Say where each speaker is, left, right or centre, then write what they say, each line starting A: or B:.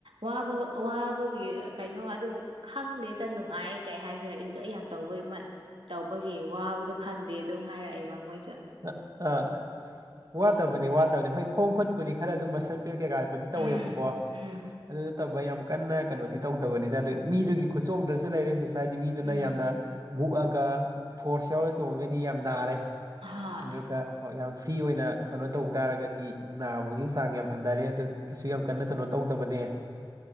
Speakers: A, on the right; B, on the right.
A: ꯋꯥꯕ ꯋꯥꯕꯒꯤ ꯀꯩꯅꯣ ꯑꯗꯨꯕꯨ ꯈꯪꯗꯦꯗ ꯅꯨꯡꯉꯥꯏ ꯀꯩ ꯍꯥꯏꯁꯤꯔꯥ ꯏꯟꯖꯣꯏ ꯌꯥꯝ ꯇꯧꯕꯒꯤ ꯇꯧꯕꯒꯤ ꯋꯥꯕꯗꯣ ꯈꯪꯗꯦ ꯑꯗꯨꯝ ꯍꯥꯏꯔꯛꯑꯦꯕ ꯃꯣꯏꯁꯨ
B: ꯑ ꯑꯥ ꯋꯥꯗꯕꯅꯤ ꯋꯥꯗꯕꯅꯤ ꯍꯣꯏ ꯈꯣꯡ ꯈꯨꯠꯄꯨꯗꯤ ꯈꯔ ꯑꯗꯨꯝ ꯃꯁꯟ ꯄꯦꯠ ꯀꯩꯀꯥ ꯕꯨꯗꯤ ꯇꯧꯋꯦꯕꯀꯣ
A: ꯎꯝ ꯎꯝ
B: ꯑꯗꯨ ꯅꯠꯇꯕ ꯌꯥꯝ ꯀꯟꯅ ꯀꯩꯅꯣꯗꯤ ꯇꯧꯗꯕꯅꯤꯅ ꯃꯤꯗꯨꯒꯤ ꯈꯨꯠꯆꯣꯡꯗꯁꯨ ꯂꯩꯔꯦ ꯁꯤꯁ ꯉꯁꯥꯏꯗꯤ ꯃꯤꯗꯨꯅ
A: ꯎꯝ
B: ꯌꯥꯝꯅ ꯃꯨꯛꯑꯒ ꯐꯣꯔꯁ ꯌꯥꯎꯔ ꯆꯣꯡꯉꯒꯗꯤ ꯌꯥꯝ ꯅꯥꯔꯦ
A: ꯍꯥꯏ
B: ꯑꯗꯨꯒ ꯌꯥꯝ ꯐ꯭ꯔꯤ ꯑꯣꯏꯅ ꯀꯩꯅꯣ ꯇꯧꯕ ꯇꯥꯔꯒꯗꯤ ꯅꯥꯕꯒꯤ ꯆꯥꯡ ꯌꯥꯝ ꯍꯟꯊꯔꯦ ꯑꯗꯨ ꯀꯩꯁꯨ ꯌꯥꯝ ꯀꯟꯅ ꯀꯩꯅꯣ ꯇꯧꯗꯕꯅꯦ